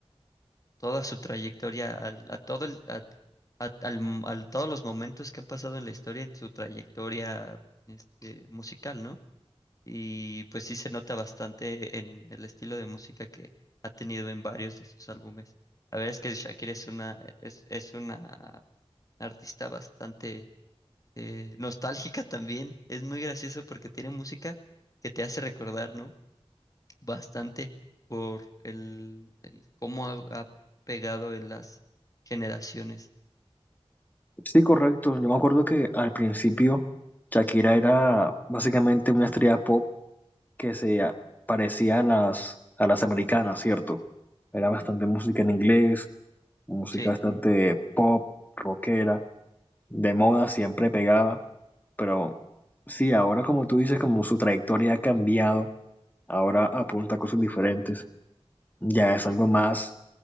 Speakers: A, on the left (about 35°); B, on the left (about 15°).
A: toda su trayectoria, al- a, todo el, a, a- al m- al- todos los momentos que han pasado en la historia, en su trayectoria este, musical, ¿no? Y pues sí se nota bastante en el estilo de música que ha tenido en varios de sus álbumes. La verdad es que Shakira es una, es, es una artista bastante eh, nostálgica también. Es muy gracioso porque tiene música que te hace recordar, ¿no? bastante por el, el cómo ha, ha pegado en las generaciones.
B: Sí, correcto. Yo me acuerdo que al principio Shakira era básicamente una estrella pop que se a- parecía a las, a las americanas, ¿cierto? Era bastante música en inglés, música
A: Sí,
B: bastante pop, rockera, de moda siempre pegaba, pero sí, ahora como tú dices, como su trayectoria ha cambiado, ahora apunta a cosas diferentes, ya es algo más